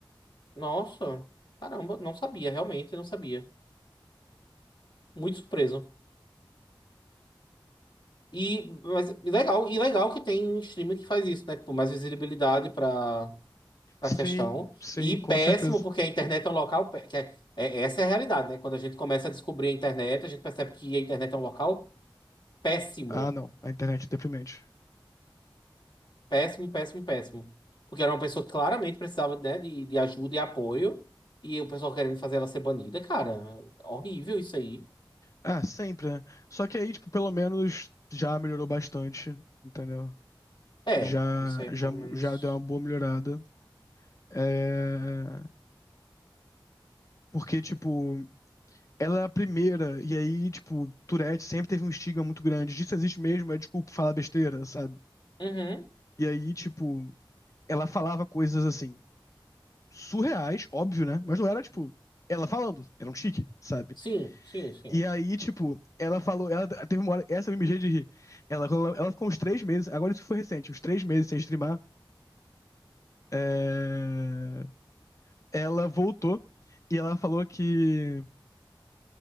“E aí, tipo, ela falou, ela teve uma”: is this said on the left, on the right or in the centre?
Left